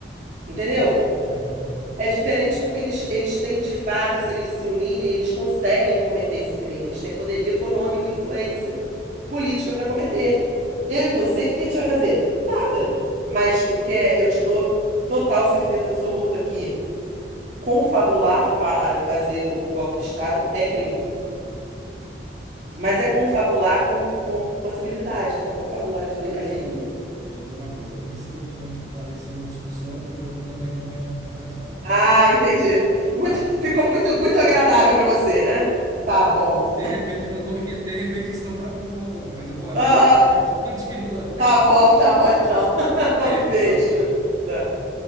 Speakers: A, on the right (about 40°); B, on the right (about 20°).
A: Entendeu?
B: Uhum.
A: É diferente porque eles, eles têm, de fato, se eles se unirem, eles conseguem cometer esse crime. Eles têm poderio econômico e influência política para cometer. Eu e você, o que que a gente vai fazer? Nada. Mas o que é, eu te dou total certeza absoluta que confabular para fazer o golpe de Estado é crime.
B: Nina,
A: Mas é confabular com, com possibilidade, não é confabular de brincadeirinha.
B: Olha só, eu vou te dizer uma coisa. Coincidentemente, tu tá vencendo a discussão e estão tocando minha campainha. Olha só,
A: Ah, entendi. Muito,
B: tá?
A: ficou muito, muito agradável para você, né? Tá bom.
B: De repente eu não tô, de repente isso não tá me incomodando, mas eu vou ali
A: Aham,
B: e depois a gente <laughs> continua.
A: Tá bom, tá bom então. <laughs>
B: Beijo,
A: Um beijo.
B: tchau.
A: Tchau.